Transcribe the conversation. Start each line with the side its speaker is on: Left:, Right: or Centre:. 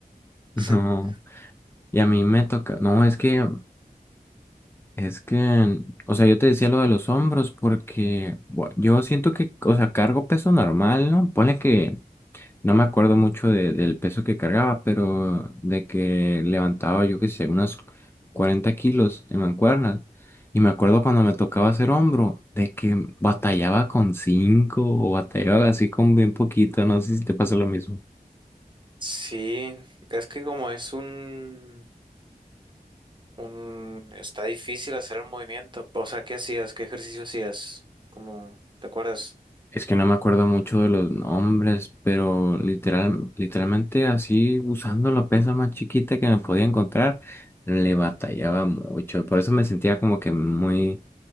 Right: <laughs>
Left: <laughs> No. Y a mí me toca, no, es que, es que, o sea, yo te decía lo de los hombros porque bueno, yo siento que, o sea, cargo peso normal, ¿no? Ponle que No me acuerdo mucho de- del peso que cargaba, pero de que levantaba, yo qué sé, unas 40 kilos en mancuernas. Y me acuerdo cuando me tocaba hacer hombro, de que batallaba con 5 o batallaba así con bien poquito. No sé si te pasa lo mismo.
Right: Sí, es que como es un, un, está difícil hacer el movimiento. O sea, ¿qué hacías? ¿Qué ejercicio hacías? Como, ¿te acuerdas?
Left: Es que no me acuerdo mucho de los nombres, pero literal, literalmente así usando la pesa más chiquita que me podía encontrar, le batallaba mucho. Por eso me sentía como que muy